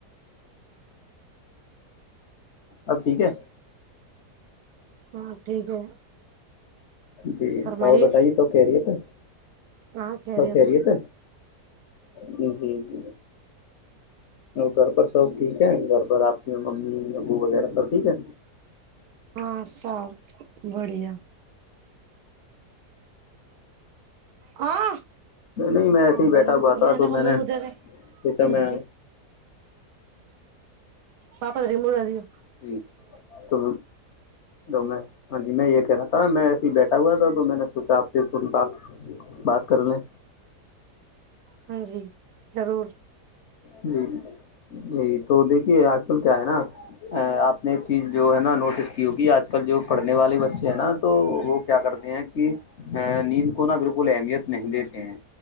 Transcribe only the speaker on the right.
ہاں ٹھیک ہے
فرمائیے
ہاں
ہے
ہاں سب بڑھیا ہاں
کب
بت
نے
کب
کدرے
کدر
کےے پاپا ترییک مو دی ہو
ہاں جی ضرور